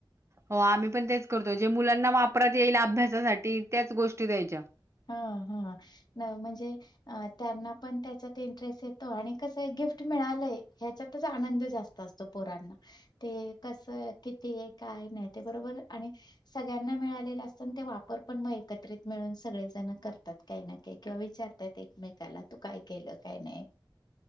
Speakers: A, on the right; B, on the left.
A: हो आम्ही पण तेच करतोय, जे मुलांना वापरात येईल अभ्यासासाठी त्याच गोष्टी द्यायच्या.
B: हा हा, नाय म्हणजे अ त्यांना पण त्याच्यात इंटरेस्ट येतो आणि कसंय गिफ्ट मिळालंय ह्याच्यातच आनंद जास्त असतो, पो पोरांना, ते कसं किती हाय, काय नाही ते बरोबर आणि सगळ्यांना मिळाले ल असतं, अन ते वापर पण मग एकत्रित मिळून सगळे त्यांना करतात काही ना काही, किंवा विचारतात एकमेकाला तू काय केलं काय नाही.